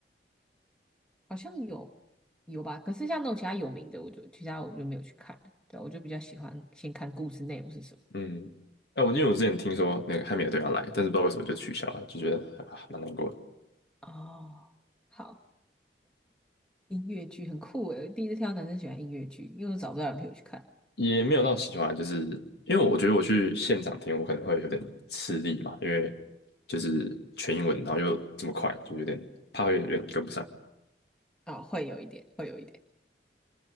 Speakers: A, in the centre; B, on the left.
A: 好像有有吧，可是像那种其他有名的，我就其他我就没有去看了，对啊我就比较喜欢先看故事内容是什么。
B: 嗯，哎，我因为我之前听说那个汉密尔顿要来，但是不知道为什么就取消了，就觉得啊蛮难过的。
A: 哦，好，音乐剧很酷诶，我第一次听到男生喜欢音乐剧，因为我找不到人陪我去看，
B: 也没有到喜欢，就是因为我觉得我去现场听，我可能会有点吃力嘛，因为就是全英文，然后又这么快，就有点怕会有点跟不上
A: 啊、会有一点，会有一点，